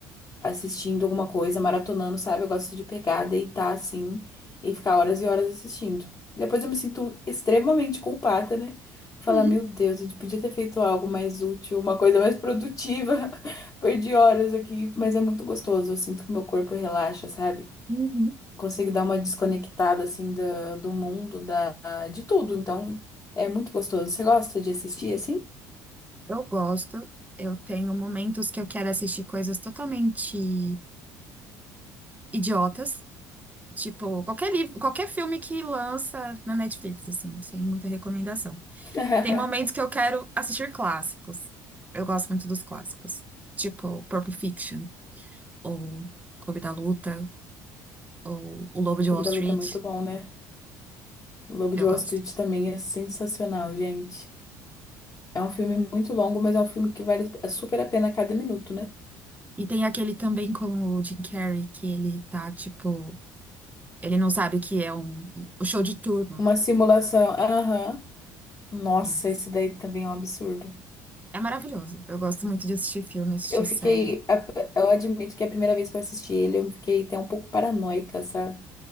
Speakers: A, on the left; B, on the right.
A: assistindo alguma coisa, maratonando, sabe? Eu gosto de pegar, deitar assim e ficar horas e horas assistindo. Depois eu me sinto extremamente culpada, né? Falar,
B: Uhum.
A: meu Deus, eu podia ter feito algo mais útil, uma coisa mais produtiva. <laughs> Perdi horas aqui, mas é muito gostoso. Eu sinto que meu corpo relaxa, sabe?
B: Uhum.
A: consigo dar uma desconectada assim do, do mundo, da, de tudo. Então, é muito gostoso. Você gosta de assistir assim?
B: Eu gosto. Eu tenho momentos que eu quero assistir coisas totalmente idiotas. Tipo, qualquer livro, qualquer filme que lança na Netflix, assim, sem muita recomendação.
A: <laughs>
B: Tem momentos que eu quero assistir clássicos. Eu gosto muito dos clássicos. Tipo, Pulp Fiction, ou Clube da Luta, ou O Lobo
A: Clube
B: de Wall Street.
A: da Luta é muito bom, né? O Lobo
B: Eu
A: de Wall
B: gosto.
A: Street também é sensacional, gente. É um filme muito longo, mas é um filme que vale super a pena a cada minuto, né?
B: E tem aquele também com o Jim Carrey, que ele tá, tipo, ele não sabe o que é um, um, o show de Truman.
A: Uma simulação. Aham. Nossa,
B: Isso.
A: esse daí também é um absurdo.
B: É maravilhoso. Eu gosto muito de assistir filme, assistir
A: Eu fiquei.
B: série.
A: a- Eu admito que a primeira vez que eu assisti ele, eu fiquei até um pouco paranoica, sabe?